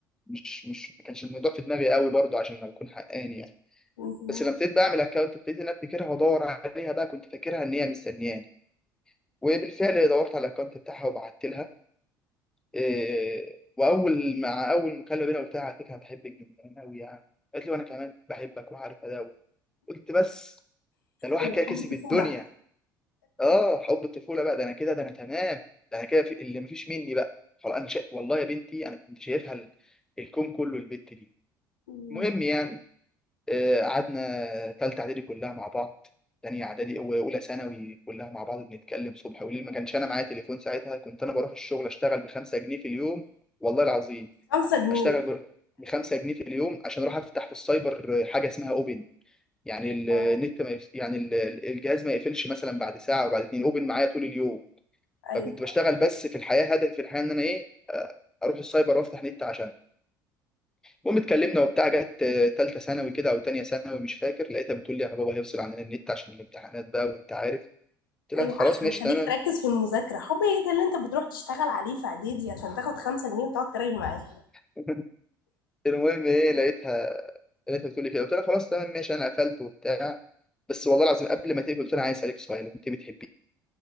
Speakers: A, in the centre; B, on the left (about 75°).
A: مش مش ما كانش الموضوع في دماغي قوي برضو عشان ما اكون حقاني يعني
B: مهم.
A: بس لما ابتديت بقى اعمل اكونت ابتديت ان انا افتكرها وادور عليها بقى كنت فاكرها ان هي مستنياني وبالفعل دورت على الاكونت بتاعها وبعت لها إيه، واول مع اول مكالمه بينا قلت لها على فكره أنا بحبك من زمان قوي يعني قالت لي وانا كمان بحبك وعارفه ده قلت بس ده الواحد
B: أيوة،
A: كده كسب
B: حب الطفوله
A: الدنيا اه حب الطفوله بقى ده انا كده ده انا تمام ده انا كده في اللي مفيش مني بقى خلاص انا شا... والله يا بنتي انا كنت شايفها ال... الكون كله البت دي
B: مم.
A: المهم يعني آه، قعدنا تالتة اعدادي كلها مع بعض تانية اعدادي واولى ثانوي كلها مع بعض بنتكلم صبح وليل ما كانش انا معايا تليفون ساعتها كنت انا بروح الشغل اشتغل بخمسة جنيه في اليوم والله العظيم
B: خمسة جنيه
A: اشتغل ب ب 5 جنيه في اليوم عشان اروح افتح في السايبر حاجه اسمها اوبن يعني ال-
B: اه
A: النت ما يف... يعني ال- الجهاز ما يقفلش مثلا بعد ساعه وبعد اتنين اوبن معايا طول اليوم
B: ايوه
A: فكنت بشتغل بس في الحياه هدفي في الحياه ان انا ايه آه، اروح السايبر وافتح نت عشان المهم اتكلمنا وبتاع جت آه، تالتة ثانوي كده او تانية ثانوي مش فاكر لقيتها بتقول لي انا بابا هيفصل عننا النت عشان الامتحانات بقى وانت عارف قلت
B: ايوه
A: لها خلاص
B: احسن
A: ماشي
B: خليك
A: تمام
B: تركز في المذاكره حب ايه ده اللي انت بتروح تشتغل عليه في اعدادي عشان تاخد خمسة جنيه وتقعد تراجع معاه
A: <laughs> المهم ايه لقيتها لقيتها بتقول لي كده قلت لها خلاص تمام ماشي انا قفلت وبتاع بس والله العظيم قبل ما تقفل قلت انا عايز اسالك سؤال وانت بتحبيني